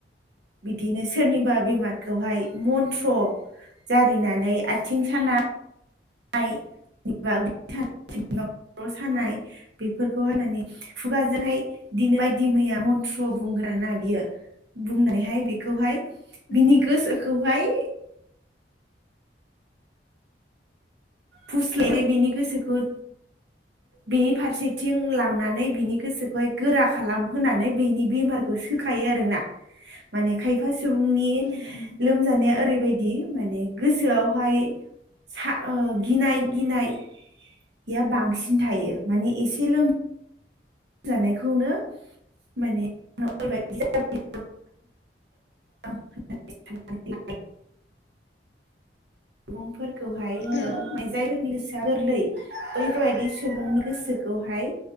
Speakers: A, on the right (about 70°); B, on the left (about 75°).
A: बिदिनो सोरनिबा बेमारखौहाय मन्त्र जारिनानै आथिं सानाय सोरनिबा उदै सानाय सोरनिबा खर' सानाय बेफोरखौहाय माने खुगाजोंहाय बिदिनो बायदि मैया मन्त्र बुंगोन आरो ना बियो बुंनानैहाय बेखौहाय
B: उम
A: बिनि
B: उम
A: गोसोखौहाय फुस्लायनाय बिनि गोसोखौ बेनि फारसेथिं लांनानै बिनि गोसोखौहाय गोरा खालामहोनानै बेनि बेमारखौ सोखायो आरो ना माने खायफा सुबुंनि
B: उम उम
A: लोमजानाया ओरैबायदि माने गोसोआवहाय सा ओ गिनाय गिनाय बेया बांसिन थायो माने एसे लोम जानायखौनो मानेबाय <unintelligible> होननानै साननानै सुबुंफोरखौहायनो
B: औ
A: नायजाय फोरनि गोसोआ गोरलै बैफोरबायदि सुबुंनि गोसोखौहाय